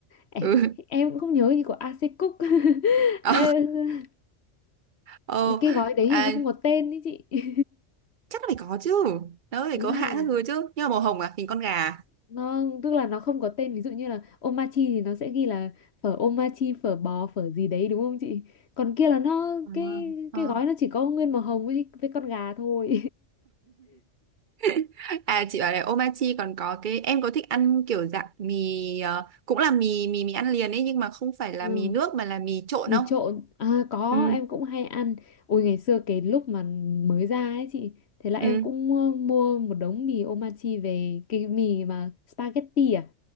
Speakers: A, on the left; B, on the right.
A: Em,
B: Ừ.
A: em cũng không nhớ gì của AC Cook. <laughs>
B: Ờ.
A: Em-
B: Ờ.
A: cái gói đấy hình
B: À,
A: như không có tên ý chị. <laughs>
B: chắc là phải có chứ. Nó phải
A: Ý
B: có
A: là
B: hãng các thứ chứ. Nhưng mà màu hồng à, hình con gà. à?
A: nó tức là nó không có tên ví dụ như là omachi thì nó sẽ ghi là phở omachi phở bò phở gì đấy đúng không chị còn kia là nó
B: À.
A: cái
B: ờ.
A: cái gói nó chỉ có nguyên màu hồng với với con gà thôi
B: <laughs> À chị bảo là Omachi còn có cái em có thích ăn kiểu dạng mì ờ, cũng là mì mì mì ăn liền ấy nhưng mà không
A: <laughs>
B: phải là
A: ừ.
B: mì nước mà là mì trộn
A: mì
B: không?
A: trộn à có
B: Ừ.
A: em cũng hay ăn ôi ngày xưa cái lúc mà mới ra ấy chị thế là em
B: Ừ.
A: cũng mua, mua một đống mì omachi về cái mì mà spaghetti à